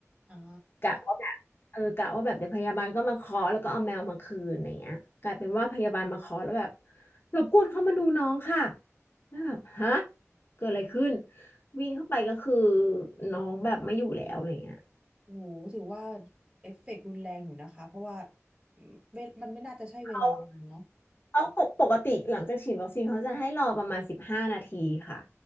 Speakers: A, on the right (about 20°); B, on the left (about 45°).
A: อ๋อ
B: กะว่าแบบเออกะว่าแบบเดี๋ยวพยาบาลก็มาเคาะแล้วก็เอาแมวมาคืนอะไรเงี้ยกลายเป็นว่าพยาบาลมาเคาะแล้วแบบรบกวนเข้ามาดูน้องค่ะแล้วแบบฮะเกิดอะไรขึ้นวิ่งเข้าไปก็คือน้องแบบไม่อยู่แล้วอะไรเงี้ย
A: โหถือว่าเอฟเฟกต์รุนแรงอยู่นะคะเพราะว่าอืมเวมันไม่น่าจะใช่เวลานานเนาะ
B: เขาเขาปกติหลังจากฉีดวัคซีนเขาจะให้รอประมาณสิบห้านาทีค่ะ